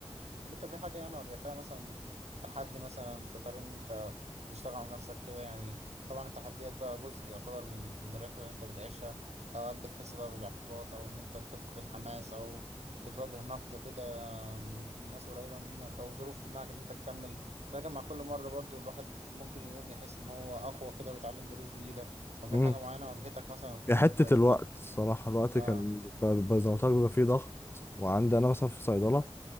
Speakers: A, on the right; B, on the left.
A: طب انت في حاجة يعني واجهتها مثلا تحدي مثلا في طريق ان انت تشتغل على نفسك كده يعني طبعا التحديات بقى جزء يعتبر من من الرحلة اللي انت بتعيشها اوقات بتحس بقى بالاحباط او ان انت بتفقد الحماس او بتواجه نقد كده من من ناس قريبة منك أو ظروف تمنعك إن أنت تكمل لكن مع كل مرة برضو الواحد ممكن يقوم يحس إن هو أقوى كده ويتعلم دروس جديدة ففي
B: امم
A: حاجة معينة واجهتك مثلا في,
B: هي
A: في
B: حته
A: الطريق
B: الوقت
A: ده
B: الصراحه الوقت
A: آه
B: كان بيبقى- بيبقى زي ما قلت لك بيبقى فيه ضغط وعندي انا مثلا في صيدله